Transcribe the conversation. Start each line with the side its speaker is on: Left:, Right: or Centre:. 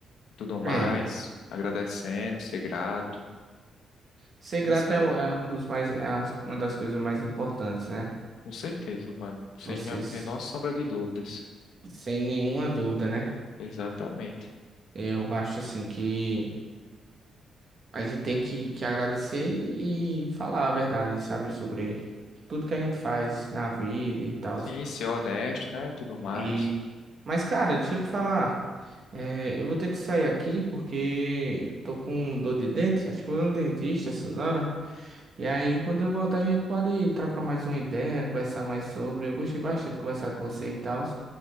Left: e tudo mais,
Right: é,
Left: agradecendo, ser grato.
Right: ser grato
Left: É isso
Right: é,
Left: aí.
Right: um é um dos mais, é as- uma das coisas mais importantes, né?
Left: Com certeza, mano. Sem
Right: Vocês,
Left: a menor sombra de dúvidas.
Right: sem nenhuma dúvida, né?
Left: Exatamente.
Right: Eu acho assim que a gente tem que, que agradecer e falar a verdade, sabe, sobre tudo que a gente faz na vida e tal.
Left: Sim, ser honesto, né? Tudo mais.
Right: E... Mas, cara, deixa eu te falar. É, eu vou ter que sair aqui porque eu tô com dor de dente. Acho que eu vou no dentista essas horas. E aí, quando eu voltar, a gente pode trocar mais uma ideia, conversar mais sobre. Eu gostei bastante de conversar com você e tal.